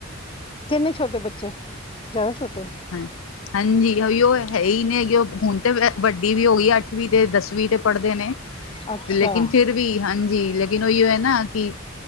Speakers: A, on the left (about 25°); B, on the left (about 85°).
A: ਕਿੰਨੇ ਛੋਟੇ ਬੱਚੇ, ਜ਼ਿਆਦਾ ਛੋਟੇ?
B: ਹਾਂ ਹਾਂਜੀ, ਓਹੀ ਉਹ ਹੈਹੀ ਨੇ ਹੈਗੇ, ਉਹ ਹੁਣ ਤੇ ਵੱਡੀ ਵੀ ਹੋ ਗਈ ਅੱਠਵੀਂ ਤੇ ਦਸਵੀਂ ਤੇ ਪੜ੍ਹਦੇ ਨੇ।
A: ਅੱਛਾ
B: ਲੇਕਿਨ ਫਿਰ ਵੀ ਹਾਂਜੀ, ਲੇਕਿਨ ਉਹੀ ਓ ਨਾ ਕਿ,